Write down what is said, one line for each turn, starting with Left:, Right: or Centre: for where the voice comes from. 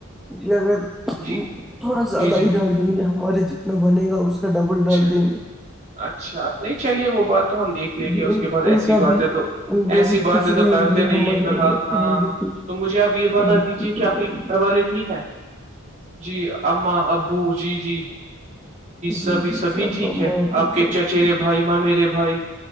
Centre: جی اگر
Right: جی
Centre: تھوڑا سا
Right: جی
Centre: ادہ
Right: جی
Centre: ادار دیں گے ہمارے جتنا بنے گا اس کا ڈبل
Right: اچھا
Centre: ڈال دیں گے
Right: اچھا نہیں چلیے وہ بات تو ہم دیکھ لیں
Centre: جی
Right: گے اس
Centre: ان
Right: کے بعد
Centre: ان
Right: ایسی
Centre: کا
Right: باتیں
Centre: بھی
Right: تو
Centre: وہ
Right: ایسی
Centre: بھی
Right: باتیں
Centre: خوش
Right: تو
Centre: رہیں
Right: کرتے
Centre: گے
Right: نہیں
Centre: ہماری
Right: ہیں فی الحال
Centre: وجہ
Right: ہاں
Centre: سے ہم بھی خوش
Right: تو مجھے آپ یہ بتا
Centre: ہم بھی
Right: دیجیے
Centre: خوش ہو
Right: کہ آپ
Centre: جائیں
Right: کے
Centre: گے
Right: گھر والے ٹھیک ہیں جی اماں ابو جی جی
Centre: جی
Right: سبھی
Centre: جی
Right: سبھی
Centre: صحبہ
Right: ٹھیک ہے
Centre: محبو
Right: آپ کے
Centre: صاح
Right: چچیرے
Centre: ٹھیک
Right: بھائی
Centre: ہے
Right: ماں میرے بھائی